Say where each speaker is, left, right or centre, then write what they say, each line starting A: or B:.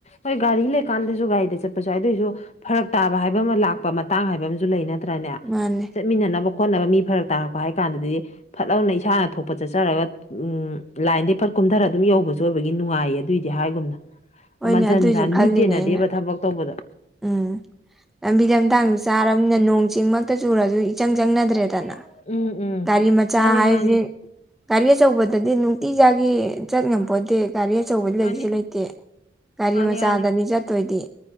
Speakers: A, on the left; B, in the centre.
A: ꯍꯣꯏ ꯒꯥꯔꯤ ꯂꯩꯀꯥꯟꯗꯖꯨ ꯒꯥꯔꯤꯗ ꯆꯠꯄꯖꯨ ꯌꯥꯎ ꯑꯗꯨꯏꯖꯨ ꯐꯔꯛ ꯇꯥꯕ ꯍꯥꯏꯕ ꯑꯃ ꯂꯥꯛꯄ ꯃꯇꯥꯡ ꯍꯥꯏꯕ ꯑꯃꯖꯨ ꯂꯩꯅ ꯇ꯭ꯔꯅꯦ
B: ꯃꯥꯅꯦ
A: ꯆꯠꯃꯤꯟꯅꯅꯕ ꯈꯣꯠꯅꯕ ꯃꯤ ꯐꯔꯛ ꯇꯥꯔꯛꯄ ꯍꯥꯏ ꯀꯥꯟꯗꯗꯤ ꯐꯠ ꯂꯥꯎꯅ ꯏꯁꯥꯅ ꯊꯣꯛꯄ ꯆꯠꯆꯔꯒ ꯎꯝ ꯂꯥꯏꯟꯗꯩ ꯐꯠ ꯀꯨꯝꯊꯔ ꯑꯗꯨꯝ ꯌꯧꯕꯁꯨ ꯖꯨꯑꯣꯏꯕꯒꯤ ꯅꯨꯡꯉꯥꯏꯌꯦ ꯑꯗꯨꯏꯗꯤ ꯍꯥꯏꯒꯨꯝꯅ
B: ꯍꯣꯏꯅꯦ
A: ꯑꯃ ꯖꯟ
B: ꯑꯗꯨꯏꯁꯨ
A: ꯖꯥꯟ
B: ꯈꯜꯂꯤꯅꯦ
A: ꯃꯤ ꯆꯦꯟꯅꯗꯦꯕ
B: ꯑꯩꯅ
A: ꯊꯕꯛ ꯇꯧꯕꯗ
B: ꯎꯝ ꯂꯝꯕꯤ ꯂꯝꯗꯥꯡꯗꯣ ꯆꯥꯔꯝꯅꯤꯅ ꯅꯣꯡ ꯆꯤꯡꯃꯛꯇ ꯆꯨꯔꯖꯨ ꯏꯆꯪ ꯆꯪꯅꯗ꯭ꯔꯦꯗꯅ
A: ꯎꯝ ꯎꯝ
B: ꯗꯥꯔꯤ ꯃꯆꯥ
A: ꯃꯥꯅꯤ
B: ꯍꯥꯏꯖꯦ
A: ꯃꯥꯅꯤ
B: ꯒꯥꯔꯤ ꯑꯆꯧꯕꯗꯗꯤ ꯅꯨꯡꯇꯤꯖꯥꯒꯤ ꯆꯠ ꯉꯝꯄꯣꯟꯇꯦ ꯒꯥꯔꯤ ꯑꯆꯧꯕ
A: ꯃꯥꯅꯤ
B: ꯂꯩꯖꯨ ꯂꯩꯇꯦ ꯒꯥꯔꯤ
A: ꯃꯥꯅꯤ
B: ꯃꯆꯥꯗꯅꯤ
A: ꯃꯥꯅꯤ
B: ꯆꯠꯇꯣꯏꯗꯤ